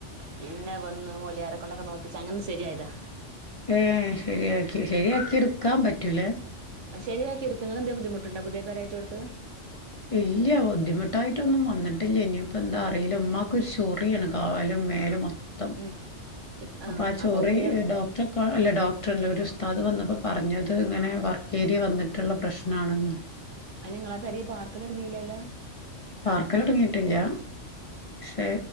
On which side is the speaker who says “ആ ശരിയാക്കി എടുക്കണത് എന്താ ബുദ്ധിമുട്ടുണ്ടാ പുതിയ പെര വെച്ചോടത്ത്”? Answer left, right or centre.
Right